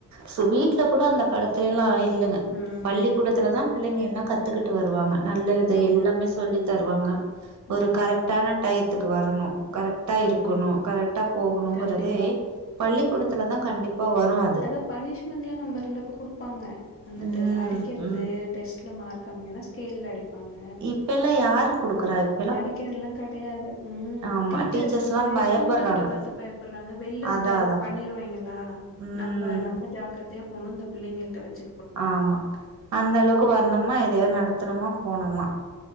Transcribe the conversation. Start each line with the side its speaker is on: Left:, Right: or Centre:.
Right: ஸோ வீட்ல கூட அந்த காலத்துலலா இல்லங்க
Left: ம்.
Right: பள்ளிக்கூடத்துல தா பிள்ளைங்க எல்லா கத்துகிட்டு வருவாங்க நல்லது
Left: ஆமா,
Right: எல்லாமே சொல்லி தருவாங்க ஒரு
Left: ஆமா.
Right: கரெக்ட்டான டயத்துக்கு வரணு கரெக்ட்டா
Left: ம்.
Right: இருக்கணு கரெட் போகணுங்கறதே
Left: கண்டிப்பா.
Right: பள்ளிகூடத்துல தா கண்டிப்பா வரும் அது
Left: அதா பனிஷ்மெண்ட்ல்லா நம்ம இருந்தப்ப குடுப்பாங்க வந்துட்டு
Right: ம்
Left: அடிக்கிறது
Right: ம்
Left: டெஸ்ட்ல மார்க் கம்மியானா ஸ்கேல்ல அடிப்பாங்க
Right: இப்பெல்லா யாரு குடுக்குறா இப்
Left: அடிக்கற்தில்லா கெடயாது ம்
Right: ஆமா
Left: டீச்சர்ஸ்
Right: டீச்சர்ஸ்லா
Left: வந்து
Right: பயப்பட்றாங்க
Left: ஸ்டூடண்ட்ட பாத்து பயப் பறாங்க வெள்ல
Right: அதா
Left: வந்தா எதுவும்
Right: அதா
Left: பண்ணிருவாய்ங்களா
Right: ம்
Left: நம்ப நம்ப ஜாக்கிரதையா போணு இந்த பிள்ளைங்கள்ட்ட வச்சு
Right: ஆமா அந்த அளவுக்கு வர்னோமா எதயோ நடத்தணுமா போனமா